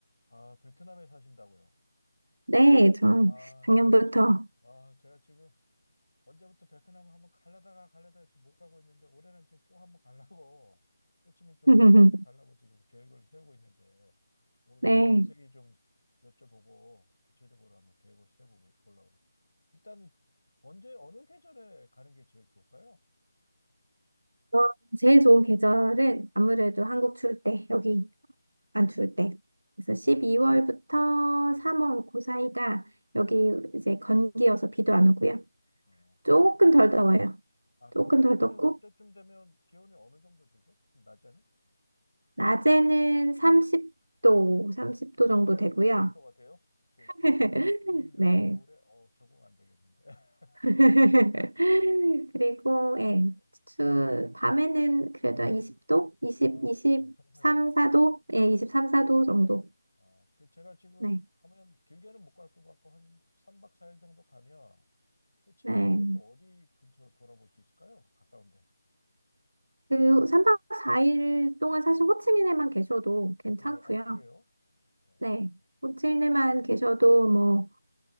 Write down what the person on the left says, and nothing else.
아, 베트남에 사신다고요?
아,
제가, 지- 아, 제가 지금 언제부터 베트남 한번 가려다가 가려다가 지금 못 가고 있는데 올해는 지금 꼭 한번 가려고 <laughs> 호치민 쪽에
꼭 한번 가려고 지금 계획을 세우고 있는데 오늘
좀 자세히 좀 여쭤보고 구체적으로 한번 계획을 세워보려고 합니다. 일단은 언제, 어느 계절에 가는 게 제일 좋을까요?
예.
아, 예,
예.
어.
아,
그럼 거기는
그때쯤 되면 기온이 어느 정도 되죠? 낮에는?
어,
그래도
30도가 돼요? 그
겨울, 우리
여기 겨울에 어, 적응 안 되겠는데. <laughs>
그래요?
예.
아,
그좀 선선해지네요.
예.
어, 그 제가 지금
가면 길게는 못 갈 것 같고 한 3박 4일 정도 가면 호치민하고
또 어디 근처 돌아볼 수 있을까요? 가까운데.
예. 아, 그래요? 어,
어.